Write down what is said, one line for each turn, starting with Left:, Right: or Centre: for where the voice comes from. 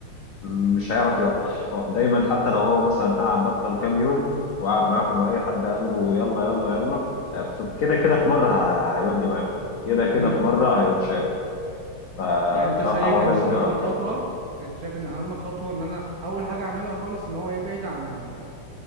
Left: مش هيعرف يوقف، هو دايما حتى لو هو مثلا قعد بطل كام يوم وقعد معاهم وأي حد قال له يلا يلا يلا ف- كده كده في مرة هيودي معاهم، كده كده
Right: دي
Left: في مرة هيقوم شارب، فبصراحة
Right: يعني انت شايف
Left: هو
Right: ان
Left: لازم
Right: اهم
Left: يوقف
Right: خطوة
Left: كده.
Right: انت شايف ان اهم خطوة ان انا اول حاجة اعملها خالص ان هو يبعد عن ال...